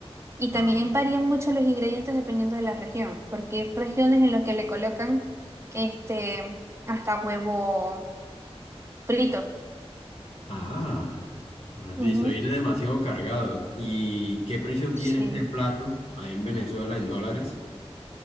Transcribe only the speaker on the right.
Y
también
varían mucho los ingredientes dependiendo de la región, porque hay regiones en las que le colocan este, hasta huevo frito.
Ujú,
Sí.